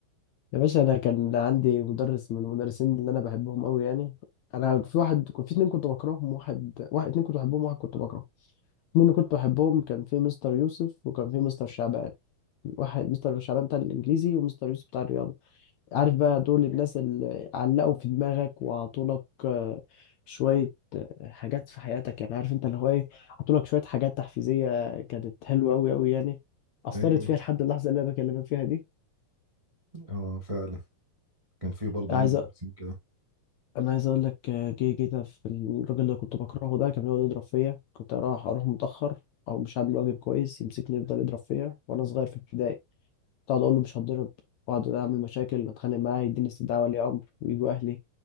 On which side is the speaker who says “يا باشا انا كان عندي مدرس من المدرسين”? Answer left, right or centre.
Left